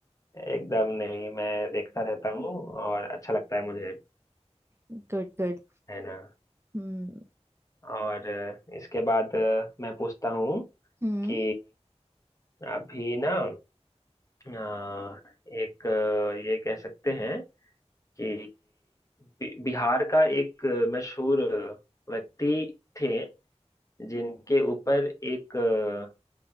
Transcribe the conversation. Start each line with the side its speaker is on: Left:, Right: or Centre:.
Left: एकदम नहीं मैं देखता रहता हूँ और अच्छा लगता है मुझे
Right: Good good
Left: है ना
Right: हम्म
Left: और अ, इसके बाद अ, मैं पूछता हूँ
Right: हम्म
Left: कि अभी ना अ, एक अ, ये कह सकते हैं कि बि- बिहार का एक अ, मशहूर अ, व्यक्ति थे जिनके ऊपर एक अ,